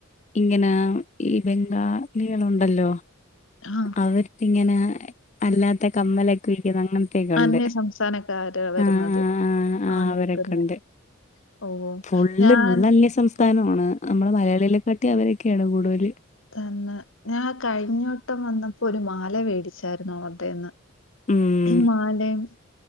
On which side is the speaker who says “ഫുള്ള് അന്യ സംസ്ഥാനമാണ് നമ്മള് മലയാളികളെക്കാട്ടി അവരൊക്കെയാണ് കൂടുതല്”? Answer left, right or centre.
Left